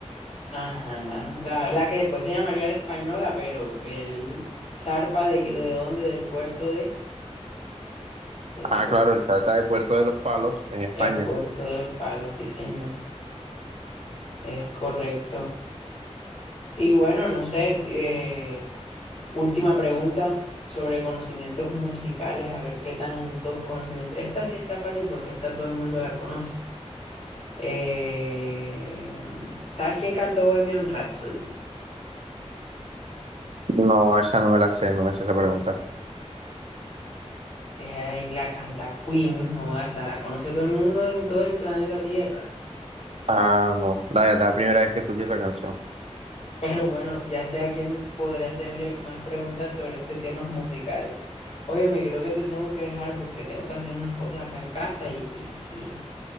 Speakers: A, on the left; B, on the right.
A: Ajá, la, la que después se llamaría la española, pero él zarpa de que de dónde, del puerto de, del
B: Ah,
A: puerto,
B: claro, el Trata de Puerto de los Palos en España.
A: el puerto de los palos, sí señor, es correcto. Y bueno, no sé, eh, última pregunta sobre conocimientos musicales, a ver qué tantos conocimientos. Esta sí está fácil porque esta todo el mundo la conoce. Eh, ¿sabes quién cantó Bohemian Rhapsody?
B: No, esa no me la sé, no me sé esa pregunta.
A: Eh, y la canta Queen, ¿no? Esa la conoce todo el mundo en todo el planeta Tierra.
B: Ah, no, la verdad, primera vez que escuché esa canción.
A: Pero bueno, ya sé a quién podré hacerle más preguntas sobre estos temas musicales. Oye, me creo que te tengo que dejar porque tengo que hacer unas cosas acá en casa y, y, y,